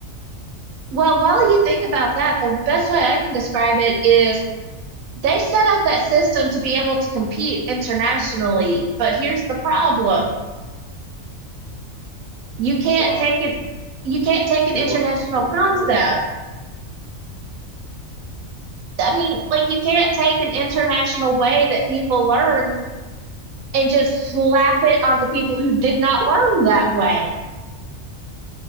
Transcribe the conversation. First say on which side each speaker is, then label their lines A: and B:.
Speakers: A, on the right (about 85°); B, on the right (about 55°).
A: Well, while you think about that, the best way I can describe it is they set up that system to be able to compete internationally. But here's the problem. You can't
B: Who wants
A: take an you can't take an
B: who
A: international
B: wants to even
A: concept.
B: do it?
A: I mean, like you can't take an international way that people learn and just slap it onto people who did not learn that way.